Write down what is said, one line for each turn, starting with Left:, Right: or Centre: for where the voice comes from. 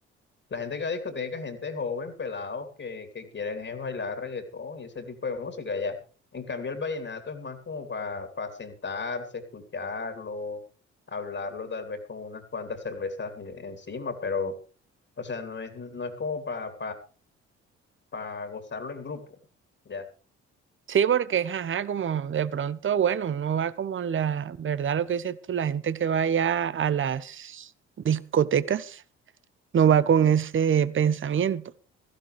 Left: la gente que va a discoteca, es gente joven, pelados, que, que quieren es bailar reggaetón y ese tipo de música ya. En cambio, el vallenato es más como para sentarse, escucharlo, hablarlo tal vez con unas cuantas cervezas encima, pero... O sea, no es, no es como para para gozarlo en grupo, ya.
Right: Sí, porque ajá, como de pronto, bueno, uno va como la verdad, lo que dices tú, la gente que va allá a las discotecas no va con ese pensamiento.